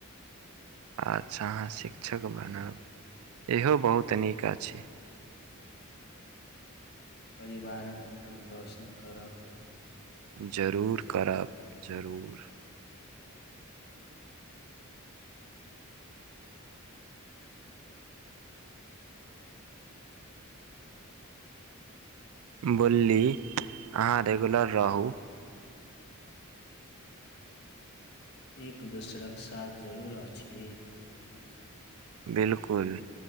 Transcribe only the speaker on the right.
अच्छा अहाँ शिक्षक बनब इहो बहुत नीक अछि।
जरूर करब जरूर। बुल्ली अहाँ रेगुलर रहू।
बिल्कुल